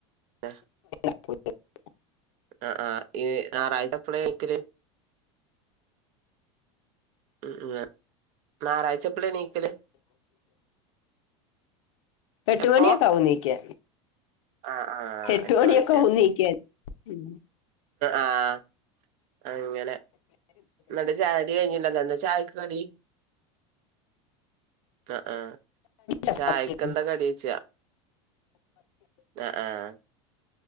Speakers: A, on the right; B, on the left.
A: ആഹ്
B: <unintelligible>
A: ആഹ് ആഹ് ഏഹ് ഞായറാഴ്ച എപ്പളെ എണീക്കല് ഉം ഏഹ് ഞാറായ്ച്ച എപ്പളാ എണീക്കല്
B: എട്ട്
A: എപ്പോ
B: മണിയൊക്കെ ആകും നീക്കാൻ
A: ആ ആ
B: ഹെട്ടുമണിയൊക്കാവു
A: എട്ട് മണി
B: ണീക്കാൻ ഉം
A: ആഹ് അങ്ങനെ എന്നട്ട ചായടി കഴിഞ്ഞില്ലല്ലോ എന്നാ ചായക്ക് കടി അ ആഹ്
B: ചപ്പാത്തി
A: ചായക്കെന്താ കടി യ്ച്ച ന ആഹ്